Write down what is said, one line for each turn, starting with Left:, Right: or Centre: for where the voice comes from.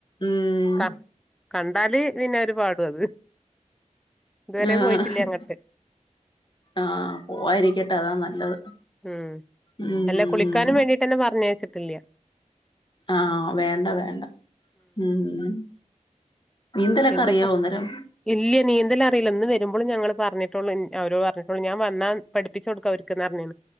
Left: ഉം
Centre: ക കണ്ടാല് പിന്നെരു പാടും അത് ഇതുവരെ
Left: ആഹ്
Centre: പോയിട്ടില്ല അങ്ങട്ട്
Left: ആഹ് പോവാരിക്കട്ടെ അതാ നല്ലത്
Centre: ഉം
Left: ഉം
Centre: അല്ല കുളിക്കാനും വേണ്ടിട്ടന്നെ പറഞ്ഞയച്ചിട്ടില്ല
Left: ആഹ് വേണ്ട വേണ്ട ഉം നീന്തലൊക്കെ
Centre: ഇന്നിപ്പോ
Left: അറിയാവോ അന്നേരം
Centre: ഇല്ല നീന്തലറിയില്ല ഇന്ന് വരുമ്പളും ഞങ്ങള് പറഞ്ഞിട്ടള്ളൂ അവര് പറഞ്ഞിട്ടൊള്ളൂ ഞാൻ വന്നാ പഠിപ്പിച്ച് കൊടുക്ക അവർക്ക്‌ന്ന് പറഞ്ഞ്ണ്